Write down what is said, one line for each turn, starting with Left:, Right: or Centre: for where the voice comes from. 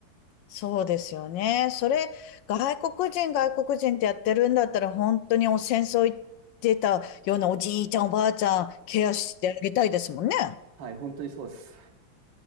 Left: そうですよね。それ、外国人、外国人ってやってるんだったら、本当にお戦争行ってたようなおじいちゃん、おばあちゃん、ケアしてあげたいですもんね。
Right: はい、はい、本当にそうです。